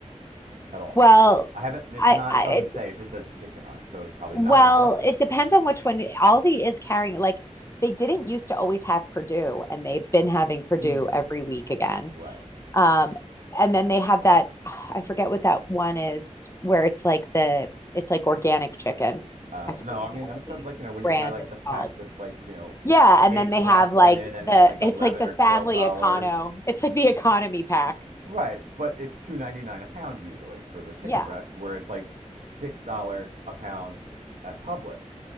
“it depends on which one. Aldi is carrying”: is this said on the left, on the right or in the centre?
Left